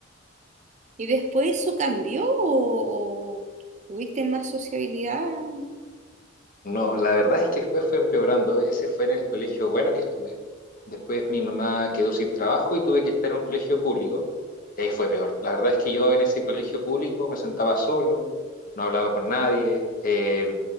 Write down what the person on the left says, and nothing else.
No, la verdad es que después fue empeorando. Ese fue en el colegio bueno que estuve. Después mi mamá quedó sin trabajo y tuve que estar en un colegio público. Y ahí fue peor. La verdad es que yo en ese colegio público me sentaba solo, no hablaba con nadie, eh,